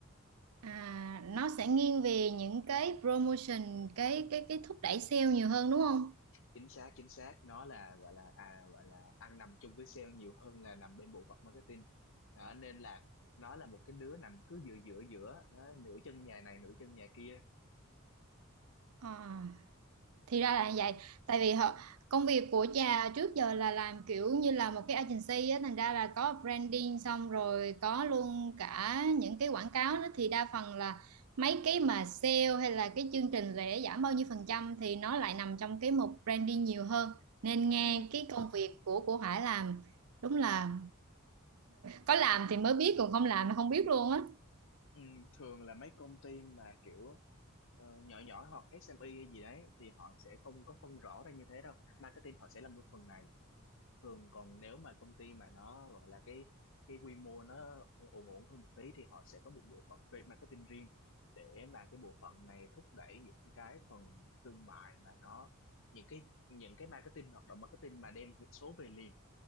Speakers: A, on the right; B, on the left.
A: à nó sẽ nghiêng về những cái promotion cái cái cái thúc đẩy sale nhiều hơn đúng không
B: chính xác chính xác nó là gọi là à gọi là ăn nằm chung với sale nhiều hơn là nằm bên bộ phận marketing đó nên là nó là một cái đứa nằm cứ giữa giữa giữa đó, nửa chân nhà này nửa chân nhà kia
A: Ờ. thì ra là như vậy tại vì họ công việc của cha trước giờ là làm kiểu như là một cái agency á thành ra là có branding xong rồi có luôn cả những cái quảng cáo nữa thì đa phần là mấy cái mà sale hay là cái chương trình lễ giảm bao nhiêu phần trăm thì nó lại nằm trong cái mục branding nhiều hơn nên nghe
B: ừ,
A: cái công việc của của Hải làm đúng là có làm thì mới biết còn không làm thì không biết luôn á
B: ừ, thường là mấy công ty mà kiểu ờ, nhỏ nhỏ hoặc SME hay gì đấy thì họ sẽ không có phân rõ ra như thế đâu marketing họ sẽ làm luôn phần này thường còn nếu mà công ty mà nó gọi là cái cái quy mô nó ổn ổn hơn một tí thì họ sẽ có một bộ phận trade marketing riêng để mà cái bộ phận này thúc đẩy những cái phần thương mại mà nó những cái những cái marketing hoạt động marketing mà đem số về liền